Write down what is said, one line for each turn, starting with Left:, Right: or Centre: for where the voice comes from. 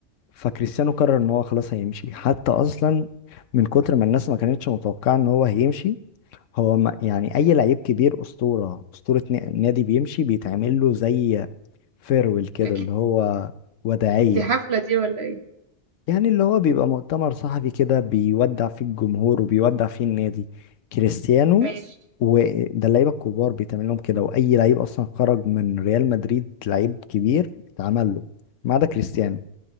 Left: فكريستيانو قرر ان هو خلاص هيمشي حتى اصلا من كتر ما الناس ما كانتش متوقعه ان هو هيمشي هو ما يعني اي لعيب كبير اسطوره اسطوره ن- نادي بيمشي بيتعمل له زي فيرويل كده
Right: اكيد
Left: اللي هو وداعيه
Right: دي حفلة دي ولا ايه
Left: يعني اللي هو بيبقى مؤتمر صحفي كده بيودع فيه الجمهور وبيودع فيه النادي كريستيانو
Right: ماشي
Left: وده اللعيبه الكبار بيتعمل لهم كده واي لعيب اصلا خرج من ريال مدريد لعيب كبير اتعمل له ما عدا كريستيانو